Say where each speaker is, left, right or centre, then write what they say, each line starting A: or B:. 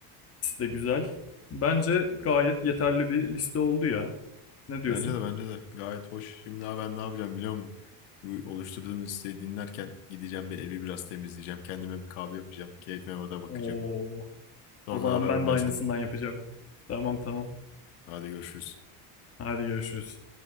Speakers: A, on the left (about 30°); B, on the left (about 80°).
A: İkisi de güzel. Bence gayet yeterli bir liste oldu ya. Ne diyorsun?
B: Bence de bence de gayet hoş. Şimdi abi ben ne yapacağım biliyor musun? Bu oluşturduğum listeyi dinlerken gideceğim bir evi biraz temizleyeceğim. Kendime bir kahve yapacağım. Keyfime de bakacağım.
A: Oo.
B: Sonra
A: O zaman
B: ararım
A: ben
B: ben
A: de aynısından
B: seni.
A: yapacağım. Tamam tamam.
B: Hadi görüşürüz.
A: Hadi görüşürüz.